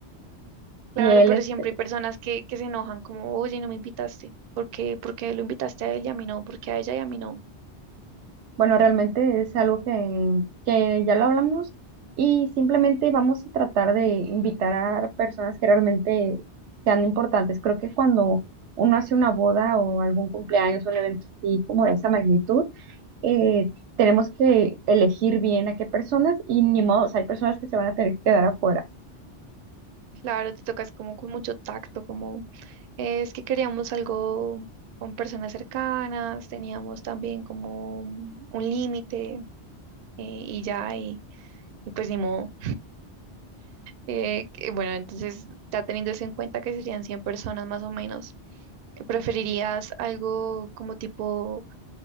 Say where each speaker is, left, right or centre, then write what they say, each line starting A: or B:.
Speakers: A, on the right; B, on the right.
A: Claro,
B: Si él,
A: pero
B: este,
A: siempre hay personas que, que se enojan como, oye, no me invitaste. ¿Por qué? ¿Por qué lo invitaste a él y a mí no? ¿Por qué a ella y a mí no?
B: bueno, realmente es algo que, que ya lo hablamos y simplemente vamos a tratar de invitar a personas que realmente sean importantes. Creo que cuando uno hace una boda o algún cumpleaños, un evento así como de esa magnitud, eh, tenemos que elegir bien a qué personas y ni modo, o sea, hay personas que se van a tener que quedar afuera.
A: Claro, te tocas como con mucho tacto, como, "Eh, es que queríamos algo con personas cercanas, teníamos también como un límite eh, y ya, y, y pues ni modo. Eh, que- bueno, entonces, ya teniendo eso en cuenta que serían 100 personas más o menos, ¿preferirías algo como tipo